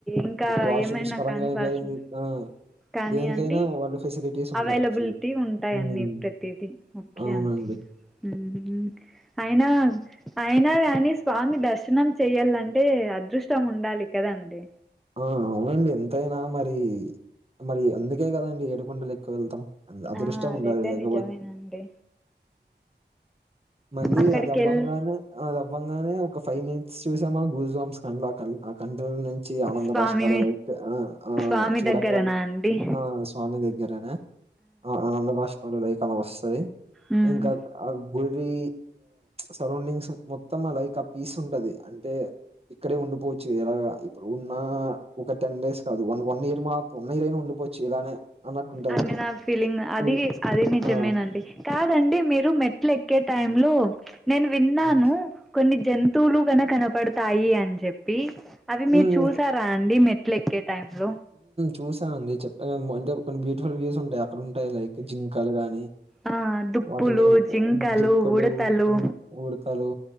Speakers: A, in the centre; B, on the right.
A: ఇంకా
B: వాష్రూమ్స్
A: ఏమైనా
B: పరంగా
A: కానీ వాష్రూమ్
B: ఆ
A: కానీ
B: దేనికైనా
A: అండి
B: వాళ్ళు ఫెసిలిటీస్ ఉంటాయి
A: అవైలబిలిటీ
B: ఫుల్.
A: ఉంటాయి
B: హ్మ్.
A: అన్నీ ప్రతీది ఓకే
B: అవునండి.
A: అండి మ్మ్ అయినా అయినా కానీ స్వామి దర్శనం చెయాలంటే అదృష్టం ఉండాలి కదండి
B: ఆ అవునండి ఎంతైనా మరి మరి అందుకే కదండి ఏడుకొండలు ఎక్కి వెళ్తాం అదృష్టం
A: ఆ అదైతే
B: ఉండాలి లేకపో
A: నిజమేనండి
B: మళ్ళీ
A: అక్కడికి
B: అది అవ్వంగానే
A: వెళ్
B: అది అవ్వంగానే ఒక ఫైవ్ మినిట్ చూసామా గూస్బోంబ్స్ కన్ల ఆ ఆ కంటి నీ వచ్చి ఆనంద
A: స్వామి
B: బాష్పాలు లైక్ ఆ ఆ
A: స్వామి
B: చూడంగానే
A: దగ్గరనా అండి
B: ఆ స్వామి దగ్గరనే ఆ ఆనంద బాష్పాలు లైక్ అలా వస్తాయి
A: మ్మ్.
B: ఇంకా ఆ గుడి సరౌండింగ్స్ మొత్తం లైక్ ఆ పీస్ ఉంటది అంటే ఇక్కడే ఉండిపోవచ్చు ఇలాగ ఇప్పుడు ఉన్న ఒక టెన్ డేస్ కాదు వన్ వన్ ఇయర్ మా వన్ ఇయర్ అయినా ఉండిపోవచ్చు ఇలానే అన్నట్టుంటదండి.
A: అన్ని నా ఫీలింగ్ అది
B: హ్మ్.
A: అది నిజమే
B: ఆ!
A: అండి కాదండి మీరు మెట్లు ఎక్కే టైమ్ లో నేను విన్నాను
B: హ్మ్.
A: కొన్ని జంతువులు కన కనపడతాయి అని చెప్పి అవి మీరు
B: హ్మ్.
A: చూసారా అండి మెట్లు ఎక్కే టై లో
B: చూసా అండి చెప్ప అంటే కొన్ని బ్యూటిఫుల్ వ్యూస్ ఉంటాయి అక్కడ ఉంటాయి లైక్ జింకలు గాని
A: ఆ దుప్పులు
B: వాటిని ఏమన్
A: జింకలు
B: దుప్పులు
A: ఉడతలు
B: ఉడతలు